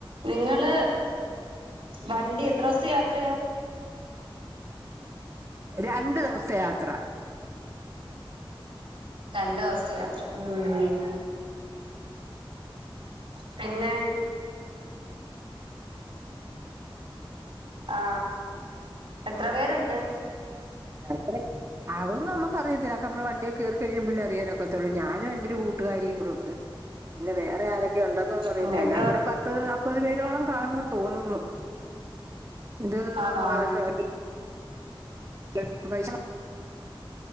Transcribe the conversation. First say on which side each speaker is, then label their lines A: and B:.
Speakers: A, on the right (about 85°); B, on the right (about 30°).
A: നിങ്ങള് വണ്ടി എത്ര ദിവസതെ യാത്ര
B: രണ്ടു ദിവസതെ യാത്ര
A: രണ്ട് ദോസതെ യാത്ര ഉം പിന്നെ ആ എത്ര പേരൊണ്ട്
B: അത്രേ അതൊന്നും നമുക്കറിയത്തില്ല നമ്മള് വണ്ടിയെ കെറി കഴിമ്പളേ അറിയാനൊക്കെത്തുള്ളൂ ഞാനും എന്റെരു കൂട്ടുകാരിയും കൂടെ ഉണ്ട് പിന്നെ വേറെ ആരൊ ക്കെ ഒണ്ടന്ന്ഒന്നും അറിയതില്ല
A: ഉം എത്ര
B: എല്ലാം കൂടെ പത്ത്നാപ്പത് പേരോളം കാണുമന്ന് തോന്നുന്നു ഇത്
A: ആണോ
B: വ <unintelligible> <unintelligible>